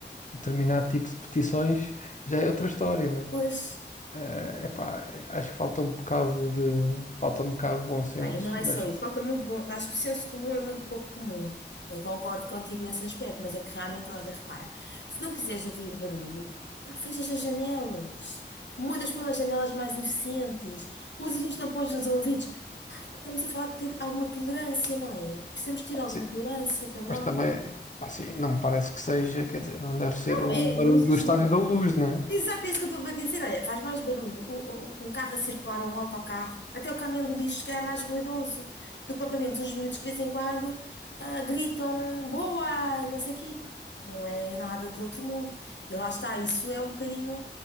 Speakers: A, on the left; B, on the left.
A: um determinado tipo de petições já é outra história, né?
B: pois.
A: É epá, acho que falta um bocado de, falta um bocado de bom senso,
B: Ah, e não é só
A: mas,
B: isso. Falta muito bom. Acho que o senso comum é muito pouco comum. Eu concordo contigo nesse aspecto, mas é que realmente, olha, repara, se não quiseres ouvir barulho, pá, fechas as janelas, mudas para umas janelas mais eficientes, usas uns tampões nos ouvidos. Estamos a falar de ter alguma tolerância, não é? Precisamos ter alguma
A: sim,
B: tolerância também.
A: mas também, pá, assim, não me parece que seja, quer dizer, não deve ser
B: Não
A: um
B: é
A: barulho
B: nenhum exagero.
A: do Estádio da Luz, né?
B: Exato, é isso que eu estou a dizer. Olha, faz mais barulho o- o- um carro a circular ou um autocarro. Até o caminhão do lixo que é mais ruidoso do que propriamente os miúdos que de vez em quando ah, gritam boa, não sei o quê, porque não é nada do outro mundo. E lá está, isso é um bocadinho